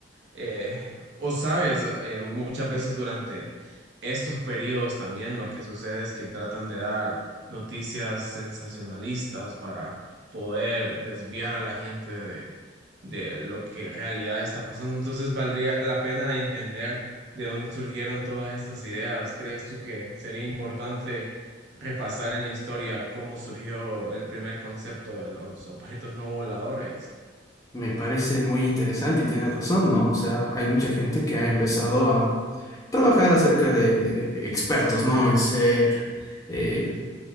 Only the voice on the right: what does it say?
eh, o sabes, eh, muchas veces durante estos periodos también lo que sucede es que tratan de dar noticias sensacionalistas para poder desviar a la gente de, de lo que en realidad está pasando. Entonces valdría la pena entender de dónde surgieron todas estas ideas. ¿Crees tú que sería importante repasar en la historia cómo surgió el primer concepto de los objetos no voladores?